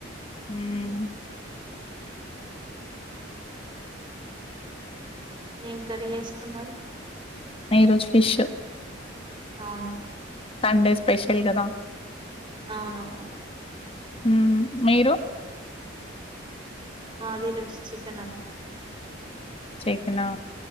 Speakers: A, on the left (about 30°); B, on the right (about 25°).
A: ఊ మ్
B: ఏం కర్రీ చేసుకున్నారు
A: ఈరోజు ఫిష్
B: అవును
A: సండే స్పెషల్ గద
B: అవునవు
A: మ్ మీరు
B: మాది ఈరోజు చికెన్ అండి
A: చికెను